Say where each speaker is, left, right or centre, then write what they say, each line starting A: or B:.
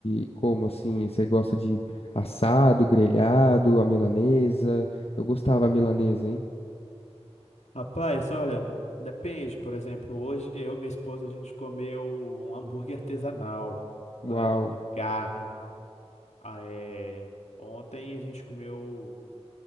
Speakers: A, on the left (about 60°); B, on the left (about 80°).
A: de como assim? Você gosta de assado, grelhado, a milanesa. Eu gostava a milanesa, hein?
B: rapaz, olha, depende, por exemplo, hoje eu e minha esposa a gente comeu um hambúrguer artesanal,
A: Uau!
B: mas de carne. Ah, é, ontem a gente comeu.